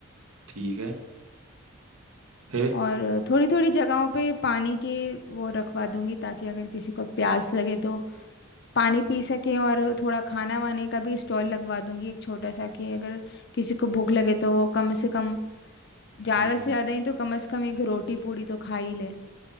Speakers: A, on the right; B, on the left.
A: ठीक है फिर
B: और थोड़ी थोड़ी जगहों पे पानी के वो रखवा दूंगी ताकि अगर किसी को प्यास लगे तो पानी पी सके और थोड़ा खाना वाने का भी स्टॉल लगवा दूंगी एक छोटा सा कि अगर किसी को भूख लगे तो वो कम से कम ज़्यादा
A: हम्म
B: से ज़्यादा ही तो कम से कम एक रोटी पूड़ी तो खा ही ले